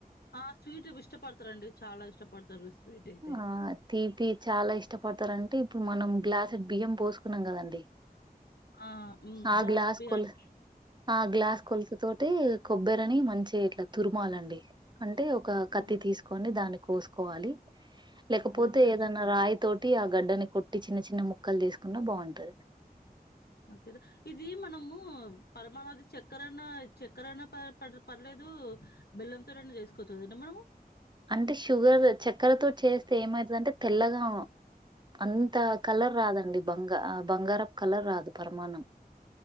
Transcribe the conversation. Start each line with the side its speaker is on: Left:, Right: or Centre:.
Left: ఆ స్వీట్ ఇష్టపడతారండి చాలా ఇష్టపడతారు స్వీటయితే.
Right: ఆ తీపి చాలా ఇష్టపోతారంటి ఇప్పు మనం గ్లాస్ బియ్యం పోసుకున్నాం కదండి
Left: ఆ! హ్మ్.
Right: ఆ
Left: గ్లాసుడు
Right: గ్లాస్
Left: బియ్యానికి
Right: కొల్ ఆ గ్లాస్ కొలత తోటి కొబ్బరని మంచిగా ఇట్లా తురుమాలండి. అంటే ఒక
Left: హ్మ్.
Right: కత్తి తీసుకొని దాని కోసుకోవాలి లేకపోతే
Left: అదే చిన్న
Right: ఏదైనా
Left: చిన్న ముక్కలు
Right: రాయి తోటి గడ్డని కొట్టి చిన్న చిన్న ముక్కలు తీసుకున్న బాగుంటది.
Left: అంతేద ఇది మనము పరమాణవది చక్కరనా చక్కర అనా ప ప పర్లేదు బెల్లంతో నైనా చేసుకోవచ్చు కదండి మనము
Right: అంటే షుగర్ చక్కెరతో చేస్తే ఏమైతుందంటే తెల్లగా అంతా కలర్
Left: హ్మ్.
Right: రాదండి బంగ బంగారపు కలర్ రాదు పరమాన్నం.